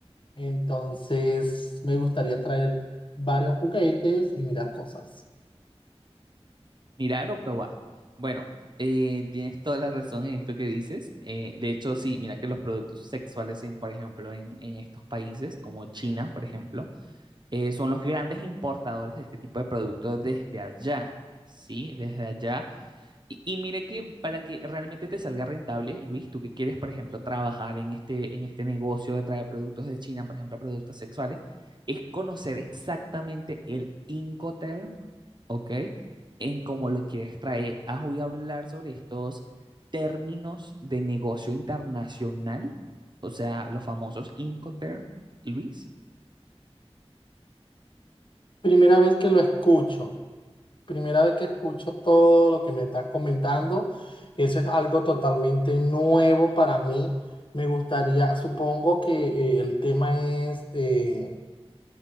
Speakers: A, on the left (about 50°); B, on the right (about 45°).
A: entonces me gustaría traer varios juguetes y mirar cosas.
B: Mirar o probar. Bueno, eh, tienes toda la razón en esto que dices. Eh, de hecho, sí, mira que los productos sexuales, en, por ejemplo, en, en estos países como China, por ejemplo, eh, son los grandes importadores de este tipo de productos desde allá, ¿sí? Desde allá y, y mire que para que realmente te salga rentable, Luis, tú que quieres, por ejemplo, trabajar en este, en este negocio de traer productos de China, por ejemplo, productos sexuales, es conocer exactamente el Incoterm, ¿ok? En cómo lo quieres traer. Ah, voy a hablar sobre estos términos de negocio internacional, o sea, los famosos Incoterm, Luis.
A: Primera vez que lo escucho, primera vez que escucho todo lo que me estás comentando, eso es algo totalmente nuevo para mí. Me gustaría, supongo que eh, el tema es eh,